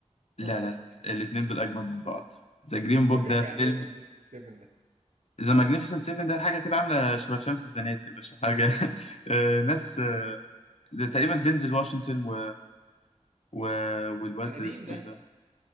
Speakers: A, on the left; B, on the right.
A: لا
B: لك.
A: لا لا
B: <laughs>
A: الاثنين دول اجمد من بعض ذا جرين بوك
B: ده بيحكي
A: ده فيلم
B: عن ايه ماجنيفيسنت 7 ده؟
A: ذا ماجنيفيسنت 7 ده حاجه كده عامله شبه شمس الزناتي يا باشا حاجه <laughs> آه، ناس آه، ده تقريبا دينزل واشنطن و... و... والواد
B: ده قديم
A: اسمه
B: ده
A: ايه ده